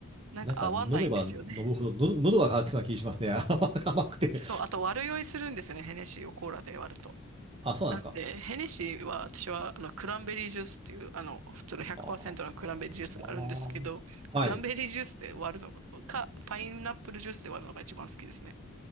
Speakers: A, on the right; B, on the right.
A: なんか合わないんですよね。
B: なんか飲めば飲むほど、の喉が渇きそうな気がしますね。<laughs> 甘くて。
A: そう、あと悪酔いするんですよね、ヘネシーをコーラで割ると。
B: あ、そうなんですか。
A: なんで、ヘネシーは私はあのクランベリージュースっていうあの普通の100%
B: あーはい。
A: のクランベリージュースがあるんですけど、クランベリージュースで割るのが、か、パイナップルジュースで割るのが一番好きですね。